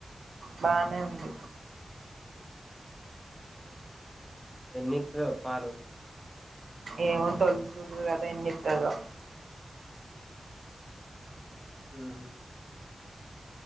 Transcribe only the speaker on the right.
బానే ఉంది
ఏమో తొలు చూరు కదా ఎన్నితదో